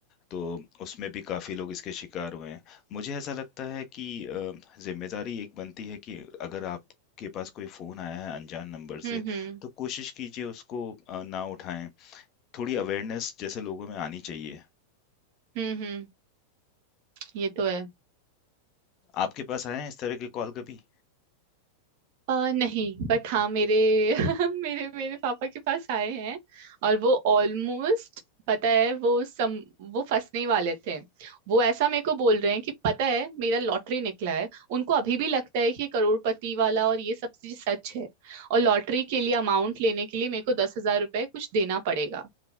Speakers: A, on the left (about 35°); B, on the right (about 45°).
A: तो उसमें भी काफ़ी लोग इसके शिकार हुए हैं। मुझे ऐसा लगता है कि अ, ज़िम्मेदारी एक बनती है कि अगर आपके पास कोई फ़ोन आया है अनजान नंबर
B: हम्म
A: से,
B: हम्म
A: तो कोशिश कीजिए उसको अ, ना उठाएँ। थोड़ी अवेयरनेस जैसे लोगों में आनी चाहिए
B: हम्म हम्म ये तो है
A: आपके पास आए हैं इस तरह के कॉल कभी?
B: आ, नहीं बट हाँ मेरे <laughs> मेरे मेरे पापा के पास आए हैं और वो ऑलमोस्ट पता है वो सम वो फंसने ही वाले थे वो ऐसा मेरे को बोल रहे हैं कि पता है मेरा लॉटरी निकला है उनको अभी भी लगता है कि करोड़पति वाला और ये सब चीज सच है और लॉटरी के लिए अमाउंट लेने के लिए मेरे को दस हजार रुपए कुछ देना पड़ेगा